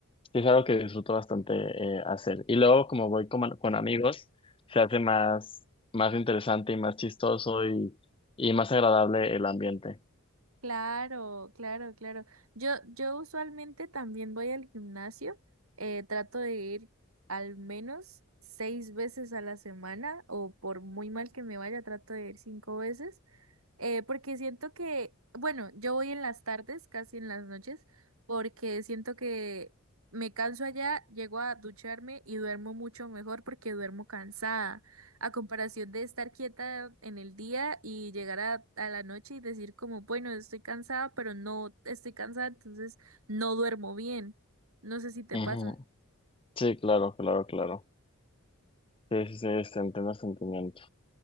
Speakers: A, on the left (about 25°); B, on the right (about 80°).
A: sí es algo que disfruto bastante eh, hacer. Y luego, como voy con, con amigos, se hace más, más interesante y más chistoso y, y más agradable el ambiente.
B: Claro, claro, claro. Yo, yo usualmente también voy al gimnasio. eh, trato de ir al menos seis veces a la semana o por muy mal que me vaya, trato de ir cinco veces. Eh, porque siento que, bueno, yo voy en las tardes, casi en las noches, porque siento que me canso allá, llego a ducharme y duermo mucho mejor porque duermo cansada, a comparación de estar quieta en el día y llegar a, a la noche y decir como, bueno, estoy cansada, pero no estoy cansada, entonces no duermo bien. No sé si te
A: Ujú.
B: pasa.
A: Sí, claro, claro, claro. Sí, sí, sí, se entiende el sentimiento.